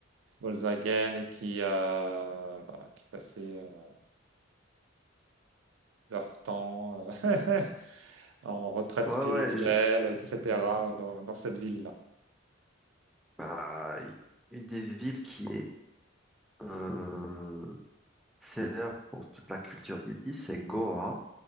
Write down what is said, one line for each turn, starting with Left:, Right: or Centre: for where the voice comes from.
Right: Volkswagen et qui, euh, voilà, qui passaient euh, leur temps euh, <laughs> en retraite
Centre: Ouais,
Right: spirituelle,
Centre: ouais, je-
Right: etc., dans, dans cette ville-là.
Centre: bah, y- une des villes qui est euh, célèbre pour toute la culture hippie, c'est Goa,